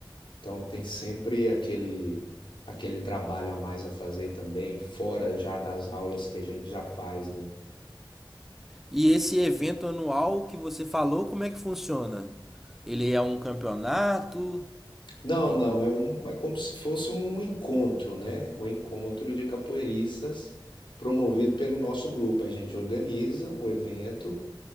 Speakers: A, on the left; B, in the centre.
A: Então, tem sempre aquele aquele trabalho a mais a fazer também, fora já das aulas que a gente já faz, né?
B: E esse evento anual que você falou, como é que funciona? Ele é um campeonato?
A: Não,
B: Tem
A: não,
B: um...
A: é um, é como se fosse um encontro, né? Um encontro de capoeiristas promovido pelo nosso grupo. A gente organiza um evento